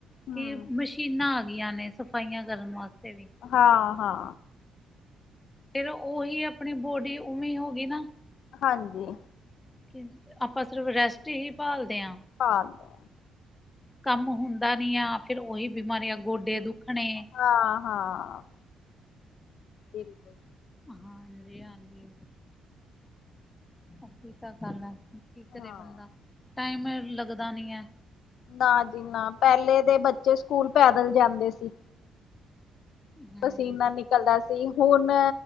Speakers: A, on the left; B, on the left.
A: ਹੂੰ
B: ਕਿ ਮਸ਼ੀ ਸ਼ੀਨਾਂ ਆ ਗਈਆਂ ਨੇ ਸਫਾਈਆਂ ਕਰਨ ਵਾਸਤੇ ਵੀ।
A: ਹਾਂ-ਹਾਂ।
B: ਫੇਰ ਓਹੀ ਆਪਣੀ ਬੋਡੀ ਉਵੇਂ ਹੋ ਗਈ ਨਾ
A: ਹਾਂਜੀ।
B: ਕਿਂਝ, ਆਪਾਂ ਸਿਰਫ ਰੈਸਟ ਹੀ ਭਾਲਦੇ ਆ
A: ਹਾਂਜੀ।
B: ਕੰਮ ਹੁੰਦਾ ਨਹੀਂ ਆ, ਫਿਰ ਉਹੀ ਬਿਮਾਰੀਆਂ ਗੋਡੇ ਦੁੱਖਣੇ
A: ਹਾਂ-ਹਾਂ ਬਿਲਕੁਲ।
B: ਹਾਂਜੀ-ਹਾਂਜੀ ਉਹੀ ਤਾਂ ਗੱਲ ਐ। ਕੀ ਕਰੇ
A: ਹਾਂ
B: ਬੰਦਾ ਟਾਈਮ ਐਵੇਂ ਲੱਗਦਾ ਨੀ ਐ।
A: ਨਾ ਜੀ ਨਾ ਪਹਿਲੇ ਦੇ ਬੱਚੇ ਸਕੂਲ ਪੈਦਲ ਜਾਂਦੇ ਸੀ।
B: ਹਾਂਜੀ
A: ਪਸੀਨਾ ਨਿਕਲਦਾ ਸੀ, ਹੁਣ